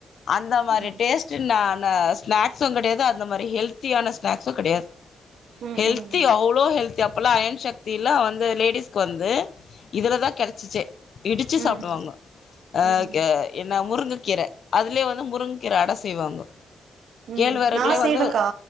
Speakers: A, on the left; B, on the right.
A: அந்த மாரி
B: ம்
A: டேஸ்ட்டு நா நா ஸ்நாக்ஸு கெடையாது அந்த மாரி ஹெல்த் ருசியான ஸ்நாக்ஸு கெடையாது
B: ம்
A: ஹெல்த்
B: ம்
A: ஹெல்தி அவ்ளோ ஹெல்தி அப்போல்லா அயன் சக்தி இல்ல வந்து லேடிஸ்க்கு வந்து இதுல தா கெடைச்சிச்சே இடிச்சு
B: ம்
A: சாப்டுவாங்க அ
B: ம்
A: என்ன முருங்கக்கீர அதுலியே வந்து முருங்கக்கீர அடை செய்வாங்க கேழ்வரக்லே
B: ம் நா
A: வந்து
B: செய்வேக்கா